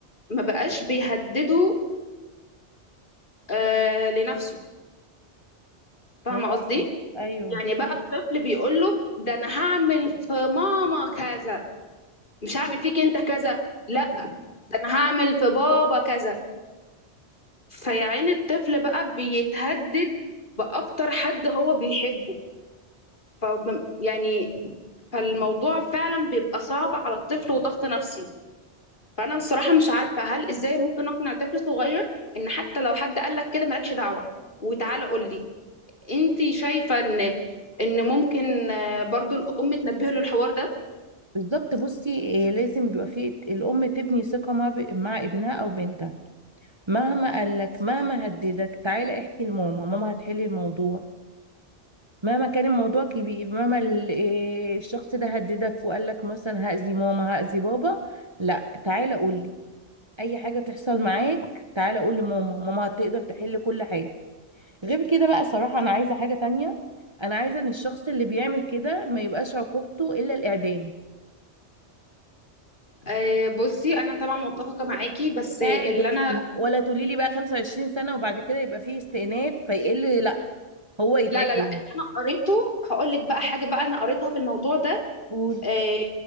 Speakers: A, on the left; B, on the right.
A: ما بقاش بيهدده آه، لنفسه فاهمة
B: للأسف
A: قصدي؟
B: ايوه
A: يعني بقى الطفل بيقول له ده انا هعمل في ماما كذا مش هعمل فيك انت كذا لا ده انا هعمل في بابا كذا فيا عيني الطفل بقى بيتهدد باكتر حد هو بيحبه ف يعني فالموضوع فعلا بيبقى صعب على الطفل وضغط نفسي فانا بصراحه مش عارفه هل ازاي ممكن اقنع طفل صغير ان حتى لو حد قال لك كده مالكش دعوه وتعالى قول لي انت شايفه ان ان ممكن آه، برضو الام تنبهه للحوار ده
B: بالظبط بصي آه، لازم بيبقى في الأم تبني ثقة مع ب... مع ابنها أو بنتها مهما قالك مهما هددك تعالى احكي لماما ماما هتحل الموضوع مهما كان الموضوع كبير مهما ال- إيه الشخص ده هددك وقال لك مثلا هأذي ماما هأذي بابا لا تعالى قول لي اي حاجة تحصل معاك تعالى قول لماما ماما هتقدر تحل كل حاجة غير كده بقى صراحة انا عايزة حاجة تانية انا عايزة ان الشخص اللي بيعمل كده ما يبقاش عقوبته الا الاعدام
A: آه، بصي انا طبعا متفقه معاكي بس اللي
B: اعدام
A: انا
B: ولا تقولي لي بقى 25 سنة وبعد كده يبقى فيه استئناف فيقل لا هو يتعدم
A: لا لا لا اللي انا قريته هقول لك بقى حاجه بقى انا قريتها في الموضوع ده
B: قول
A: آه،